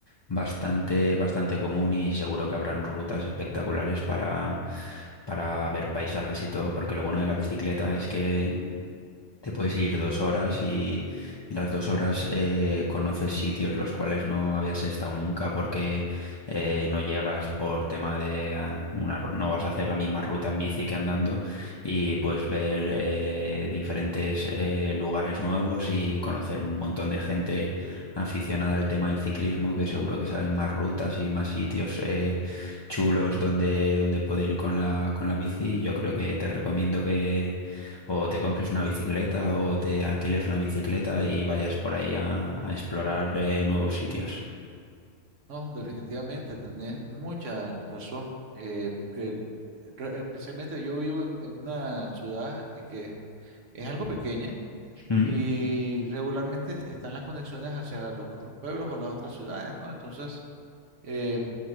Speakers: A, on the left; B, on the right.
A: bastante, bastante común y seguro que habrán rutas espectaculares para, para ver paisajes y todo, porque lo bueno de la bicicleta es que Te puedes ir dos horas y las dos horas eh, conoces sitios los cuales no habías estado nunca porque eh, no llegas por tema de ah, una, ru- no vas a hacer la misma ruta en bici que andando y puedes ver eh, diferentes eh, lugares nuevos y conocer un montón de gente aficionada al tema del ciclismo que seguro que saben más rutas y más sitios eh, chulos donde, donde poder ir con la, con la bici. Yo creo que te recomiendo o te compres una bicicleta o te alquiles una bicicleta y vayas por ahí a, a explorar eh, nuevos sitios.
B: No, definitivamente, tenés mucha razón. eh, que re- especialmente yo vivo en, en una ciudad eh, que es algo pequeña
A: Mm.
B: y regularmente están las conexiones hacia los otros pueblos o las otras ciudades, ¿no? Entonces, eh,